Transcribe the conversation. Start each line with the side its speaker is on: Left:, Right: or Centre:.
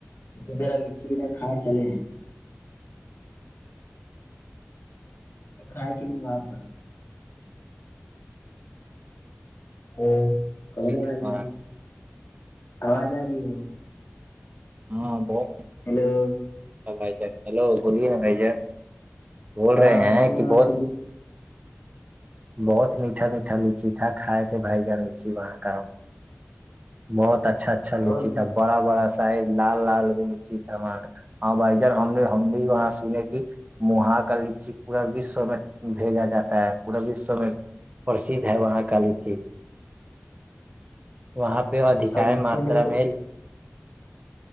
Left: اسی طرح لچی ن کھائے چلے ہیں کھائے کے لیے وہاں پر ہ کون
Right: سیکھا
Left: آ
Right: وہاں
Left: ج آواز آ رہی ہے
Right: ہاں بہت
Left: ہیلو
Right: بھائیا ہیلو بولیے نا بھائی جا بول
Left: ہاں
Right: رہے ہیں
Left: بولے
Right: کہ
Left: وہاں
Right: بہت
Left: کے لی-
Right: بہت میٹھا میٹھا لچی تھا کھائے تھے بھائی جان لچی وہاں کا ہم بہت <inaudible> اچھا اچھا لچ
Left: تو
Right: ہے بڑا بڑا سائ لال لال بھی لچی تھا وہاں کا ہاں بھائی جان ہم نے ہم بھی وہاں سنے کہ مہا کا لچی پورا وشو میں بھیجا جاتا ہے پورے وشو میں پرسدھ ہے وہاں کاالیچی وہاں پہ ادھک
Left: تو
Right: ہے
Left: لچی
Right: ماترا
Left: لے کے
Right: میں